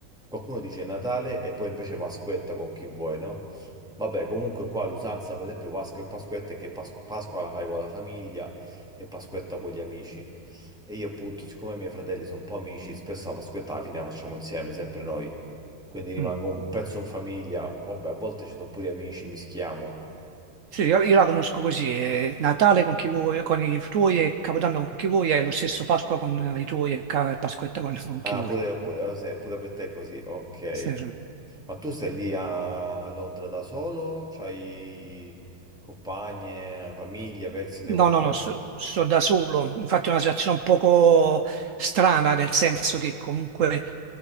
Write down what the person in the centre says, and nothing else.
Qualcuno dice Natale e poi invece Pasquetta con chi vuoi, no? Vabbè, comunque qua l'usanza, per esempio, Pasqua e Pasquetta è che Pas- Pasqua la fai con la famiglia e Pasquetta con gli amici. E io appunto, siccome i miei fratelli sono un po' amici, spesso la Pasquetta alla fine la facciamo insieme, sempre noi. Quindi rimango
un pezzo in famiglia, vabbè, a volte ci sono pure gli amici, mischiamo.
Ah,
pure, pure- ah, se- pure per te è così, ok.
Ma tu stai lì a a Londra da solo? C'hai compagne, famiglia, pezzi di
qualcosa?